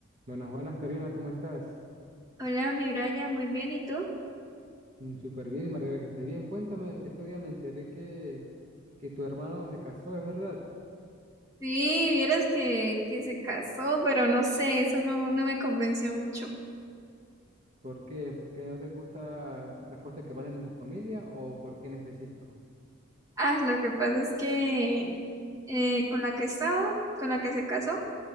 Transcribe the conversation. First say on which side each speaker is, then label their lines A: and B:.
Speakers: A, on the right; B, on the right.
A: Buenas, buenas, Karina, ¿cómo estás?
B: Hola, mi Brian, muy bien, ¿y tú?
A: Mm, Súper bien y me alegra que estés bien. Cuéntame, estos días me enteré que, que tu hermano se casó, ¿es verdad?
B: Sí, vieras que, que se casó, pero no sé, eso no, no me convenció mucho.
A: ¿Por qué? ¿Por qué no te gustan las cosas que pasan en tu familia o por qué en específico?
B: Ah, lo que pasa es que eh, con la que estaba, con la que se casó,